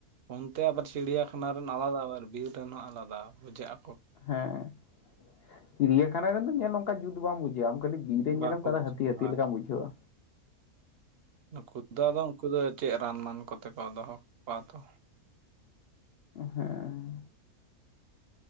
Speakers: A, on the right; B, on the left.
A: ᱚᱱᱛᱮ ᱟᱵᱟᱨ ᱪᱤᱲᱤᱭᱟᱠᱷᱟᱱᱟ ᱨᱮᱱ ᱟᱞᱟᱫᱟ ᱟᱵᱟᱨ ᱵᱤᱨ ᱨᱮᱱ ᱦᱚᱸ ᱟᱞᱟᱫᱟ ᱵᱩᱡᱷᱟᱹᱜ-ᱟ᱾
B: ᱦᱮᱸ ᱪᱤᱲᱤᱭᱟᱠᱷᱟᱱᱟ ᱨᱮᱱᱫᱚ ᱧᱮᱞ ᱚᱱᱠᱟ ᱡᱩᱛ ᱵᱟᱢ ᱵᱩᱡᱷᱟᱹᱣᱟ ᱟᱢ ᱠᱟᱹᱴᱤᱡ ᱵᱤᱨᱮ
A: ᱵᱟᱠᱚ
B: ᱧᱮᱞᱢ ᱠᱟᱫᱟ
A: ᱵᱩᱡᱷᱟᱹᱜᱼᱟ
B: ᱦᱟᱹᱛᱤ ᱦᱟᱛᱤ
A: ᱦᱳᱭ
B: ᱞᱮᱠᱟᱢ
A: ᱦᱳᱭ
B: ᱵᱩᱡᱷᱟ. ᱣᱟ
A: ᱱᱩᱠᱩ ᱫᱚ ᱟᱫᱚ ᱩᱱᱠᱩ ᱫᱚ ᱪᱮᱫ ᱨᱟᱱ ᱢᱟᱱ ᱠᱚᱛᱮ ᱠᱚ ᱫᱚᱦᱚ ᱠᱚᱣᱟ ᱛᱚ᱾
B: ᱦᱮᱸ